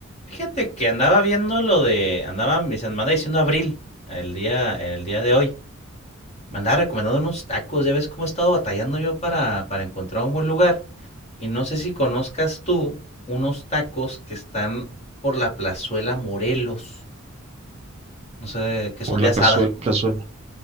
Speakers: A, on the left (about 30°); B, on the right (about 30°).
A: Fíjate que andaba viendo lo de, andaba, me se- me anda diciendo Abril, el día, el día de hoy. Me andaba recomendando unos tacos, ya ves cómo he estado batallando yo para, para encontrar un buen lugar. Y no sé si conozcas tú unos tacos que están por la plazuela Morelos, no sé, que son
B: Por
A: de
B: la
A: asada.
B: plazuela, plazuela-